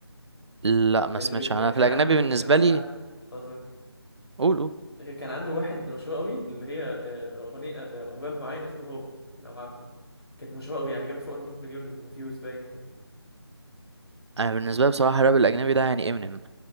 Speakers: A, on the right; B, on the left.
A: لا ما
B: اللي
A: سمعتش
B: بيتك...
A: أنا
B: كان
A: في الأجنبي
B: عنده
A: بالنسبة
B: كان واحد
A: لي
B: عن... اه تمام
A: قول قول
B: هي كان عنده واحد مشهور قوي اللي هي آه، اغنيه آه، راب معين اسمه هوب لو عارفه كانت مشهورة قوي يعني جابت فوق ال 100 مليون فيوز باين كده
A: أنا بالنسبة لي بصراحة الراب الأجنبي ده يعني امينيم